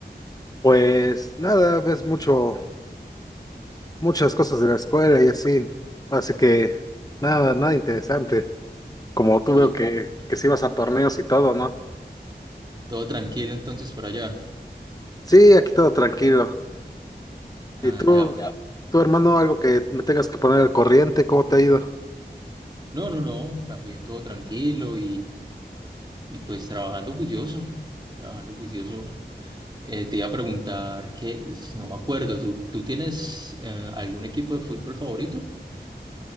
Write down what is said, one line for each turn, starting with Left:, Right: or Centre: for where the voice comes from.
Left: Pues nada, ves mucho, muchas cosas de la escuela y así. Así que nada, nada interesante. Como tú
Right: Todo,
Left: veo que, que sí vas a torneos y todo, ¿no?
Right: todo tranquilo entonces por allá.
Left: Sí, aquí todo tranquilo.
Right: Ah,
Left: ¿Y tú,
Right: ya.
Left: tu hermano, algo que me tengas que poner al corriente? ¿Cómo te ha ido?
Right: No, no, no, también todo tranquilo Y pues trabajando juicioso, trabajando juicioso. Eh, te iba a preguntar que es- no me acuerdo, ¿tú, tú tienes eh, algún equipo de fútbol favorito?